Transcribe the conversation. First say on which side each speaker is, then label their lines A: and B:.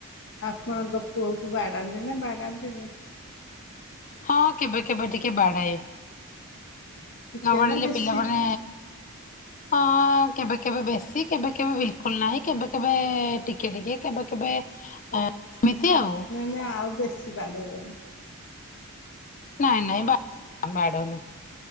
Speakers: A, on the left; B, on the left.
A: ଆପଣଙ୍କ ପୁଅକୁ ବାଡାନ୍ତି ନା ବାଡାନ୍ତିନି?
B: ହଁ କେବେ କେବେ ଟିକେ ବାଡାଏ।
A: ଟିକେ
B: ନବାଡ଼ିଲେ
A: ନା ବେଶୀ?
B: ପିଲାମାନେ ହଁ -କେବେ କେବେ ବେଶୀ, କେବେ କେବେ ବିଲକୁଲ୍ ନାହିଁ। କେବେ କେବେ ଟିକଏ ଟିକଏ କେବେ କେବେ
A: ହୋଉ
B: ଏମିତି ଆଉ
A: ନହେଲେ ଆଉ ବେଶୀ ବାଡେଇବେନି।
B: ନାଇଁ ନାଇଁ ବା ବାଡୋଉନି।